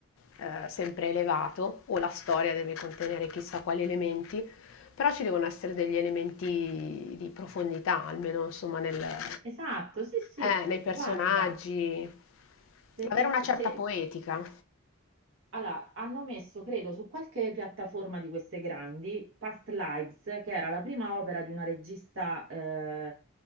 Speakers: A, on the left (about 65°); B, on the right (about 65°).
A: eh, sempre elevato, o la storia deve contenere chissà quali elementi, però ci devono essere degli elementi di profondità, almeno insomma nel-
B: Esatto, sì, sì.
A: eh, nei
B: Guarda,
A: personaggi,
B: se
A: avere
B: ti è-
A: una certa
B: se-
A: poetica.
B: Allora, hanno messo, credo, su qualche piattaforma di queste grandi, Past Lives, che era la prima opera di una regista eh,